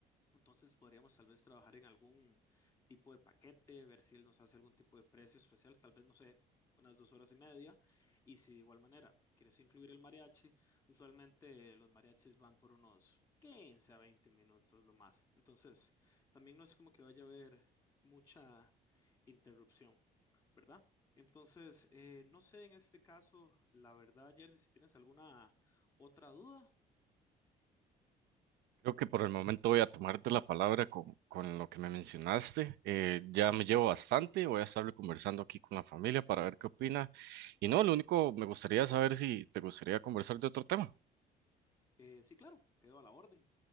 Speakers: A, on the left; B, on the right.
A: Entonces podríamos tal vez trabajar en algún tipo de paquete, ver si él nos hace algún tipo de precio especial, tal vez, no sé, unas dos horas y media. Y si de igual manera quieres incluir el mariachi, usualmente los mariachis van por unos 15 a 20 minutos lo más. Entonces, también no es como que vaya a haber mucha interrupción, ¿verdad? Entonces, eh, no sé en este caso, la verdad, Jerdy, si tienes alguna otra duda,
B: creo que por el momento voy a tomarte la palabra con, con lo que me mencionaste, eh, ya me llevo bastante, voy a estarlo conversando aquí con la familia para ver qué opina, y no, lo único, me gustaría saber si te gustaría conversar de otro tema.
A: eh, sí, claro, quedo a la orden.